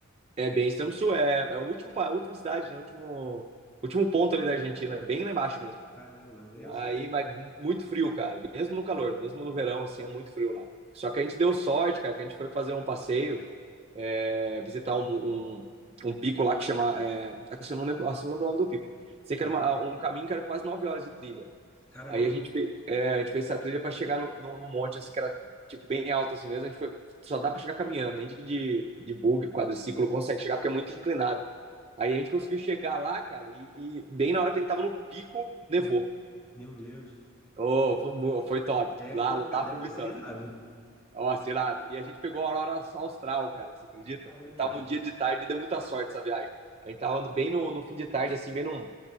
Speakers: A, on the right; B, on the left.
A: É, bem extremo sul, é, é a última, pa- a última cidade, né? O último, último ponto ali da Argentina, bem lá embaixo mesmo.
B: Caramba, eu
A: Aí,
B: sou...
A: mas mu- muito frio, cara. Mesmo no calor, mesmo no verão, assim, é muito frio lá. Só que a gente deu sorte, cara, que a gente foi fazer um passeio, é, visitar um, um, um pico lá que chama. É, assim, eu não lembro, assim, eu não lembro o nome do pico. Sei
B: Sim.
A: que era uma- um caminho que era quase nove horas de trilha.
B: Caramba,
A: Aí a gente, fe- é, a gente fez essa trilha para chegar no, no, num monte, assim, que era tipo, bem alto assim mesmo. A gente foi, só dá para chegar caminhando, nem de, de, de bug, quadriciclo consegue chegar, porque é muito inclinado. Aí a gente conseguiu chegar lá, cara, e, e bem na hora que a gente tava no pico, nevou.
B: meu Deus.
A: Oh, foi, mu- foi top.
B: Deve
A: Lá,
B: ter,
A: lá
B: fica- deve
A: foi muito
B: ter sido
A: top.
B: irado.
A: Ó, tirado. E a gente pegou a aurora austral, cara, você acredita?
B: Caramba,
A: A gente tava um dia de tarde e deu muita sorte essa viagem. A gente tava bem no, no fim de tarde, assim, bem num,